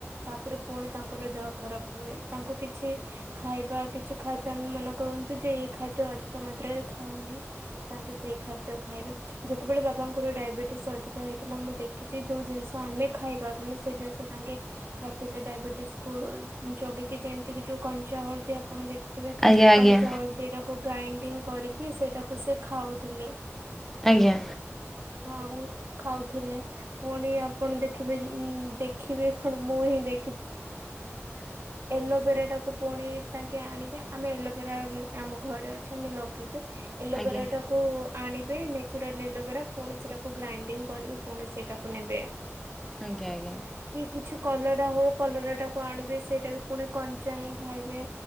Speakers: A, on the right; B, in the centre.
A: ତାପରେ ପୁଣି ତାଙ୍କର ଦେହ ଖରାପ ହୁଏ ତାଙ୍କୁ କିଛି। ଖାଇବା କିଛି ଖାଦ୍ୟ ଆ ମନେ କରନ୍ତୁ ଯେ ଏଇ ଖାଦ୍ୟ ଅଧିକ ମାତ୍ରାରେ ଖାଅନି। ତାଙ୍କେ ସେଇ ଖାଦ୍ୟ ଖାଇବେ ଯେତେବେଳେ ବାବାଙ୍କର ଡାଇବେଟିସ ଅଧିକା ହେଇଥିଲା ମୁଁ ଦେ କିଛି ଯୋଉ ଜିନିଷ ଆମେ ଖାଇ ପାରୁନୁ ସେ ଜିନିଷ ତାଙ୍କେ ଖାଇଥିଲେ ଡାଇବେଟିସକୁୁ ଜଗେଇକି ଯେମିତି କି ଯୋଉ କଞ୍ଚା ହଳଦୀଆ ପଣ ଦେଖିକି।
B: ଆଜ୍ଞା ଆଜ୍ଞା
A: କଞ୍ଚା ହଳଦୀ ଟାକୁ ଗ୍ରାଇଣ୍ଡିଙ୍ଗ କରିକି ସେଇଟାକୁ ସେ ଖାଉଥିଲେ।
B: ଆଜ୍ଞା।
A: ହଁ ଖାଉଥିଲେ। ପୁଣି ଆପଣ ଦେଖିବେ ଦେଖିବେ କଣ ମୁଁ ହିଁ ଦେ ଲୋଭରାାକୁ ପୁଣି ତାଙ୍କେ ଆଣିବେ ଆମେ ପରା ଆମ ଘରେ ଅଛି ଆମେ ଲଗେଇଛୁ। ଏଲୋଭେରାଟାକୁ
B: ଆଜ୍ଞା
A: ଆଣିବେ ନ୍ୟାଚୁରାଲ୍ ଏଲୋଭେରା ପୁଣି ସେଇଟାକୁ ଗ୍ରାଇଣ୍ଡିଙ୍ଗ କରିବେ ପୁଣି ସେଇଟାକୁ ନେବେ।
B: ଆଖା ଆଜ୍ଞା
A: କି କିଛି କଲରା ହଉ କଲରାଟାକୁ ଆଣିବେ ସେଇଟା ବି ପୁଣି କଞ୍ଚା ହିଁ ଖାଇବେ।